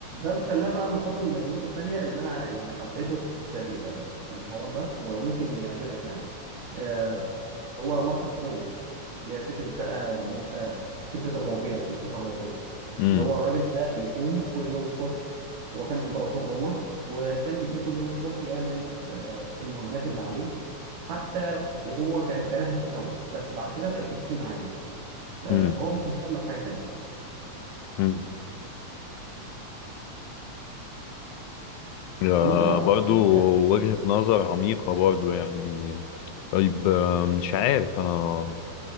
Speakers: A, on the right (about 70°); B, on the left (about 85°).
A: بيخلينا بقى ننتقل للنقطة التانية اللي انا يعني حبيته في ال- في الحوار ده وممكن يعجبك يعني آه، هو ماركوس اوريليوس اللي هي فكرة بقى ان انت فكرة الرقي الفلسفة الرقية
B: مم.
A: اللي هو الراجل ده بيقوم كل يوم الصبح هو كان إمبراطور روما وكان بيقوم كل يوم الصبح يعمل آه، المهمات اللي عليه حتى وهو كان كارهها في الأول بس بعد كده بقت روتين عادي آه،
B: مم.
A: فهو مش مهتم بحاجة تانية
B: مم. آه،
A: أنا ممكن أرشح
B: برضو
A: لك
B: وجهة نظر عميقة برضو يعني طيب آه، مش عارف أنا